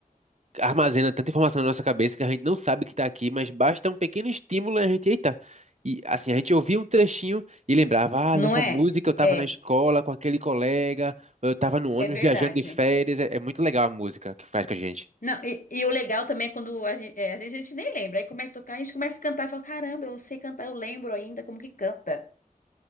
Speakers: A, on the right; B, on the left.
A: armazena tanta informação na nossa cabeça que a gente não sabe que tá aqui, mas basta um pequeno estímulo e a gente, eita. E assim, a gente ouvia um trechinho e lembrava, ah,
B: não
A: nessa
B: é?
A: música eu tava
B: É,
A: na escola com aquele colega, ou eu tava no ônibus
B: é verdade.
A: viajando de férias. É, é muito legal a música que faz com a gente.
B: Não, e, e o legal também é quando a gente, às vezes a gente nem lembra, aí começa a tocar, a gente começa a cantar e fala, caramba, eu sei cantar, eu lembro ainda como que canta.